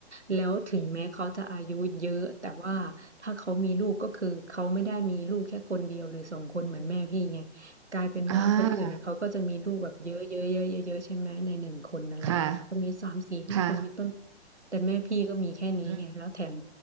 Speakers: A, on the right; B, on the right.
A: อืมอืม
B: แล้วถึงแม้เขาจะอายุเยอะแต่ว่าถ้าเขามีลูกก็คือเขาไม่ได้มีลูกแค่คนเดียวหรือสองคนเหมือนแม่พี่ไงกลายเป็นว่าคนอื่นนะเขาก็จะมีลูกแบบเยอะเยอะเยอะเยอะเยอะใช่ไหมในหนึ่งคนอะไรเงี้ยเขาก็มีสามสี่ห้าคนเป็นต้น
A: อ่าค่ะค่ะ
B: แต่แม่พี่ก็มีแค่นี้ไง
A: อืม
B: แล้วแถม